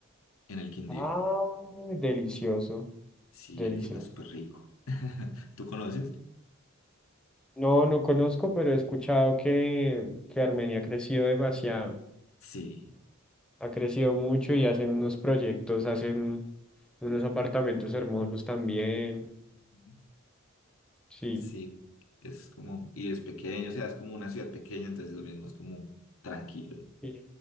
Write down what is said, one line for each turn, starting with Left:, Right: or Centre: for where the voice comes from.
Left: en el Quindío.
Centre: Ah, delicioso,
Left: Sí,
Centre: delicioso.
Left: el clima es súper rico. <laughs> ¿Tú conoces?
Centre: No, no conozco, pero he escuchado que, que Armenia ha crecido demasiado.
Left: Sí.
Centre: Ha crecido mucho y hacen unos proyectos, hacen unos apartamentos hermosos también.
Left: Ujú.
Centre: Sí.
Left: Sí, es como, y es pequeño, o sea, es como una ciudad pequeña, entonces lo mismo es como tranquilo.
Centre: sí.